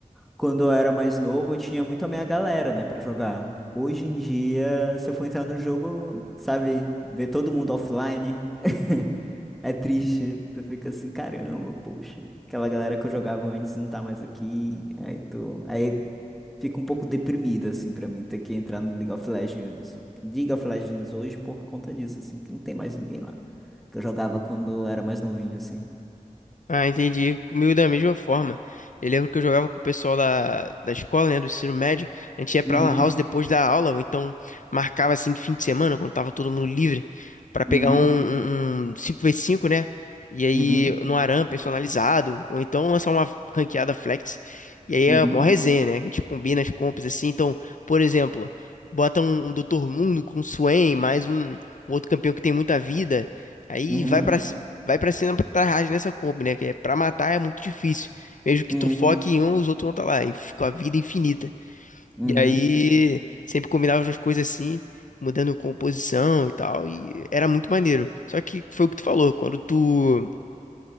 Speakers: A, in the centre; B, on the left.
A: quando eu era mais novo, eu tinha muito a minha galera, né, pra jogar. Hoje em dia, se eu for entrar no jogo, sabe, ver todo mundo offline, <laughs> é triste. Tu fica assim, caramba, poxa, aquela galera que eu jogava antes não tá mais aqui. Aí tu, aí fica um pouco deprimido assim pra mim ter que entrar no League of Legends, League of Legends hoje por conta disso, assim, que não tem mais ninguém lá que eu jogava quando eu era mais novinho assim.
B: Ah, entendi. Comigo da mesma forma. Eu lembro que eu jogava com o pessoal da, da escola, né, do ensino médio. A gente ia pra
A: Uhum,
B: Lan House depois da aula, ou então marcava assim de fim de semana, quando tava todo mundo livre, pra pegar
A: uhum,
B: um, um, um cinco, v 5 né? E aí
A: uhum,
B: no ARAM personalizado, ou então lançar uma ranqueada flex. E aí
A: uhum,
B: é uma resenha, né? Que a gente combina as compras assim. Então, por exemplo, bota um, um Dr. Mundo com o Swain, mais um, um outro campeão que tem muita vida. Aí
A: uhum,
B: vai pra vai pra cima pra rage nessa comp, né? Que é pra matar é muito difícil. Mesmo que
A: uhum,
B: tu foque
A: uhum,
B: em um, os outros vão estar lá, inf- com a vida infinita.
A: uhum.
B: E aí, sempre combinava umas coisas assim, mudando composição e tal, e era muito maneiro. Só que foi o que tu falou, quando tu